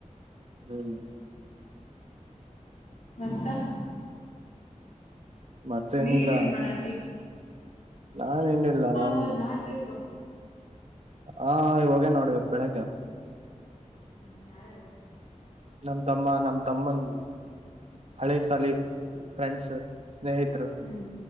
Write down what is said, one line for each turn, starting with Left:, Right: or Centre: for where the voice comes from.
Right: ಹ್ಮ್
Left: ಗತ್ತ
Right: ಮತ್ತೇನಿಲ್ಲ
Left: ನೀನ್ ಏನ್ ಮಾಡಹತ್ತಿ
Right: ನಾನ್ ಹಂಡಿಲ್ಲ ನನ್
Left: ಹೋದ್ನಾ ಟ್ರಿಪ್
Right: ಹಾ ಇವಾಗೇ ನೋಡಿ ಇವತ್ತು ಬೆಳಗ್ಗೆ
Left: ಹ್ಮ್ ಯಾರಾರು
Right: ನಮ್ ತಮ್ಮ ನಮ ತಮ್ಮನ್ ಹಳೆ ಸಾಲಿ ಹ್ಮ್ ಫ್ರೆಂಡ್ಸ್ ಸ್ನೇಹಿತರು
Left: ಹ್ಮ್